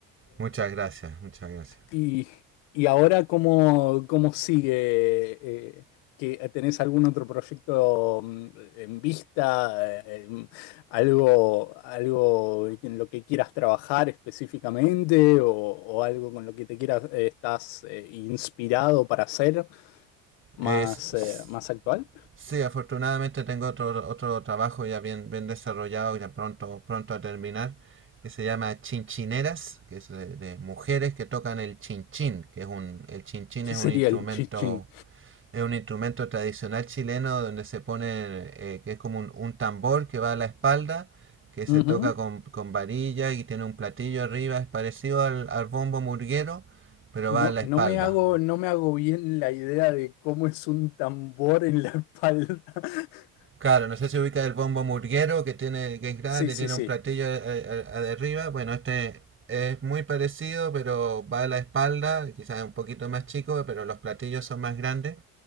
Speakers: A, on the right; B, on the left.
A: Muchas gracias, muchas gracias.
B: Y, y ahora, ¿cómo, cómo sigue? eh, que ¿Tenés algún otro proyecto mm, en vista? Eh, em, ¿algo, algo en lo que quieras trabajar específicamente? ¿O, o algo con lo que te quieras, eh, estás eh, inspirado para hacer más,
A: Es, s-
B: eh, más actual?
A: sí, afortunadamente tengo otro, otro trabajo ya bien, bien desarrollado, ya pronto, pronto a terminar, que se llama Chinchineras, que es de, de mujeres que tocan el chinchín, que es un, el chinchín
B: ¿Qué
A: es
B: sería
A: un instrumento
B: el chichín?
A: Es un instrumento tradicional chileno donde se pone, eh, que es como un, un tambor que va a la espalda, que se
B: Ujú.
A: toca con, con varilla y tiene un platillo arriba, es parecido al, al bombo murguero, pero va
B: No,
A: a la espalda.
B: no me hago, no me hago bien la idea de cómo es un tambor en la espalda. <laughs>
A: Claro, no sé si ubica el bombo murguero que tiene, que es grande,
B: Sí, sí,
A: tiene
B: sí.
A: un platillo a eh, de arriba. Bueno, este es muy parecido, pero va a la espalda, quizás un poquito más chico, pero los platillos son más grandes.